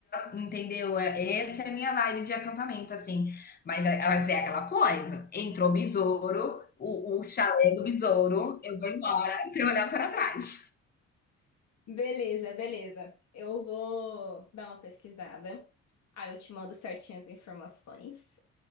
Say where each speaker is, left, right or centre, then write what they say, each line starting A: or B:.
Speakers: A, on the left; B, on the left.
A: Entendeu? É- Essa é a minha vibe de acampamento, assim. Mas é- elas é aquela coisa. Entrou besouro, o, o chalé do besouro, eu vou embora <laughs> sem olhar para trás.
B: beleza, beleza. Eu vou dar uma pesquisada. Aí eu te mando certinho as informações.